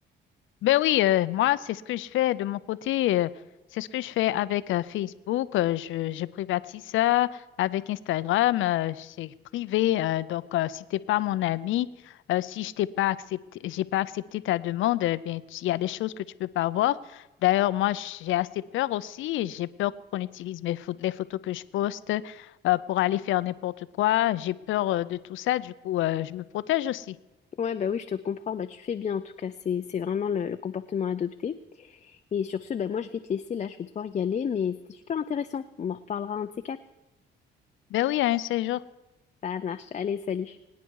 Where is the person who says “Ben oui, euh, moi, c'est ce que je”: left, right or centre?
Left